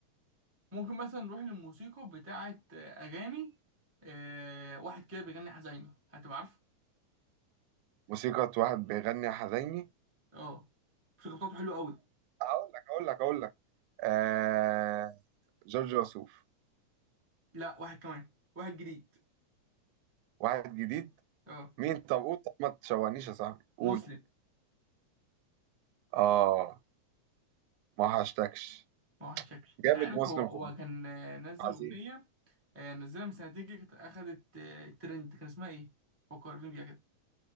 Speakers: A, on the right (about 15°); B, on the right (about 85°).
A: ممكن مثلا نروح للموسيقى بتاعة آه، أغاني آه واحد كده بيغني حزيني هتبقى عارفه
B: موسيقى واحد بيغني حزيني
A: اه الموسيقى بتاعته حلوة قوي
B: اقول لك اقول لك اقول لك آه جورج وسوف
A: لا واحد كمان واحد جديد
B: واحد جديد
A: اه
B: مين طب قول طب ما تشوهنيش يا صاحبي قول
A: مسلم
B: اه ما هشتكش
A: ما وحشك انت
B: جامد
A: عارف
B: مسلم
A: هو هو
B: خد بالك،
A: كان آه، نزل
B: عظيم
A: أغنية آه نزلها من سنتين كده كانت أخدت آه، ترند كان اسمها إيه؟ فكرني بيها كده